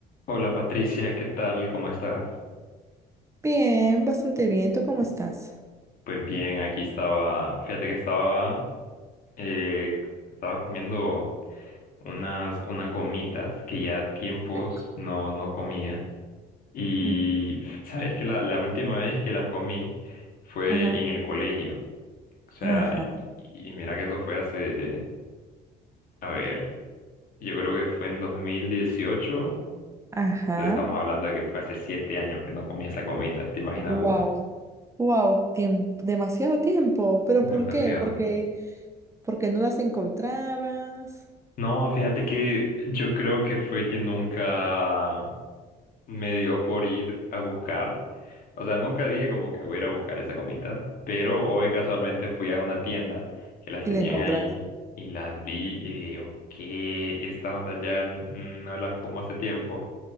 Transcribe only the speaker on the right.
Bien, bastante bien. ¿Tú cómo estás?
Rico.
Mm,
Ajá,
ajá,
ajá.
Wow,
wow, demasiado tiempo. ¿Pero
por qué? Porque, porque no las encontrabas
y
la encontraste.